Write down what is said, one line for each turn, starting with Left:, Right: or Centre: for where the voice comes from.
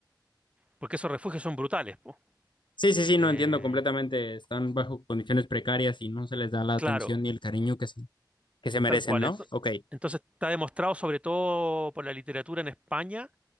Right: porque esos refugios son brutales, po.
Left: Sí, sí, sí,
Right: Eh,
Left: no entiendo completamente. Están bajo condiciones precarias y no se les da la atención
Right: claro,
Left: ni el cariño que se, que se merecen,
Right: tal cual.
Left: ¿no?
Right: Ento-
Left: Ok,
Right: Entonces, está demostrado, sobre todo por la literatura en España,